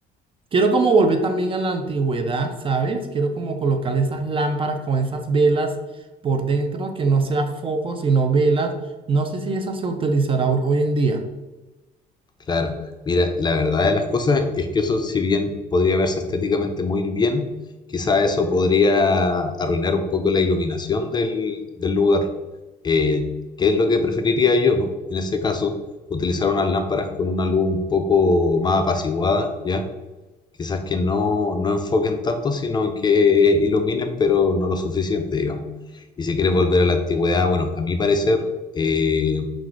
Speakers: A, on the right; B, on the left.
A: quiero como volver también a la antigüedad, ¿sabes? Quiero como colocarle esas lámparas con esas velas por dentro, que no sea foco, sino velas. No sé si eso se utilizará hoy hoy en día.
B: Claro. Mira, la verdad de las cosas es que eso, si bien podría verse estéticamente muy bien, quizá eso podría arruinar un poco la iluminación del, del lugar. Eh, ¿qué es lo que preferiría yo en ese caso? Utilizar unas lámparas con una luz un poco más apaciguada, ¿ya? Quizás que no, no enfoquen tanto, sino que iluminen, pero no lo suficiente, digamos. Y si quieres volver a la antigüedad, bueno, a mi parecer, eh,